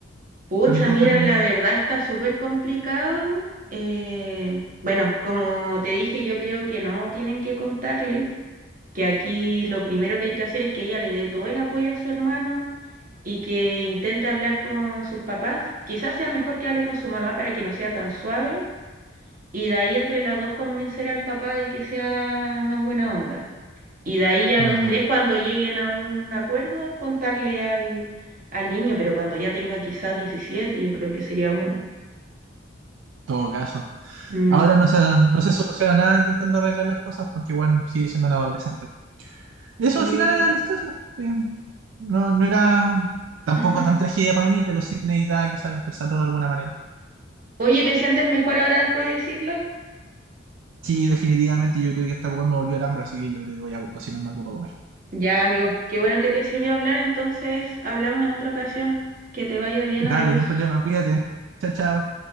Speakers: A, on the right (about 45°); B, on the right (about 75°).
A: pucha,
B: familiar
A: mira,
B: de por
A: la
B: medio.
A: verdad está súper complicado. Eh, bueno, como te dije, yo creo que no tienen que contarle. que aquí lo primero que hay que hacer es que ella le dé todo el apoyo a su hermano y que intente hablar con sus papás. Quizás sea mejor que hable con su mamá para que no sea tan suave y de ahí entre las dos convencer al papá de que sea más buena onda. Y de ahí a
B: Mm,
A: los tres cuando lleguen a un acuerdo contarle al, al niño, pero cuando ya tenga quizás 17 yo creo que sería bueno.
B: todo caso.
A: Mm.
B: Ahora no se, no se soluciona nada intentando arreglar las cosas porque igual sigue siendo un adolescente. Eso
A: Sí.
B: al final era la historia. eh, no, no era tampoco
A: Ujú.
B: tan tragedia para mí, pero sí necesitaba quizás expresarlo de alguna manera.
A: Oye, ¿te sientes mejor ahora después de decirlo?
B: Sí, definitivamente yo creo que esta weá me volvió al hambre, así que yo creo que voy a cocinar algo para comer.
A: Ya, amigo, qué bueno que te sirvió hablar, entonces hablamos en otra ocasión. Que te vaya bien,
B: Dale,
A: adiós.
B: no hay problema, cuídate. Chao, chao.